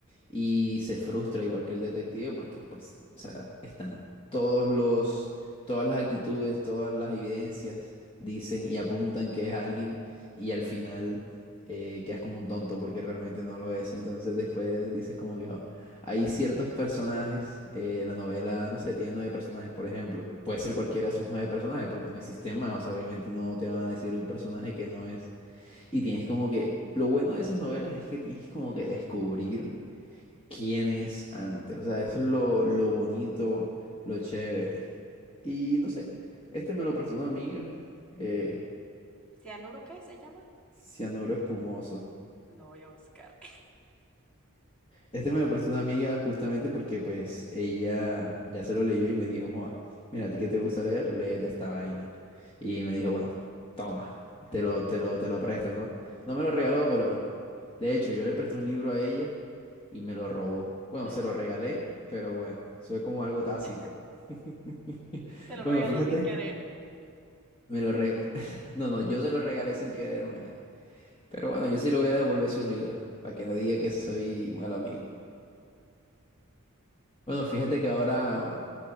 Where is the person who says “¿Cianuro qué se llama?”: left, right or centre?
Centre